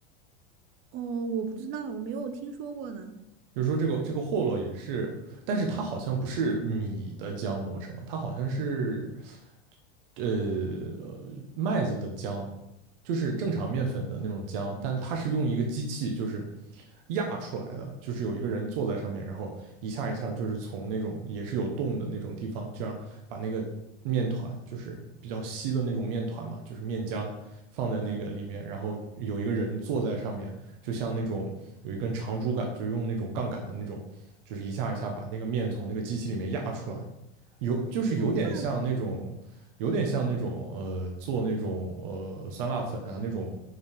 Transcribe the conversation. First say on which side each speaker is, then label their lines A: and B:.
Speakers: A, on the right; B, on the right.
A: 哦，我不知道，我没有听说过呢。
B: 就是说这个这个霍洛也是，但是它好像不是米的浆磨成的，它好像是呃麦子的浆，就是正常面粉的那种浆，但它是用一个机器就是压出来的，就是有一个人坐在上面，然后一下一下就是从那种也是有洞的那种地方，这样把那个面团就是比较稀的那种面团嘛，就是面浆放在那个里面，
A: 嗯，
B: 然后有一个人坐在上面，就像那种有一根长竹竿，就是用那种杠杆的那种，就是一下一下把那个面从那个机器里面压出来。有就是有点像那种，
A: 那它
B: 有点像那种呃，做那种呃酸辣粉啊那种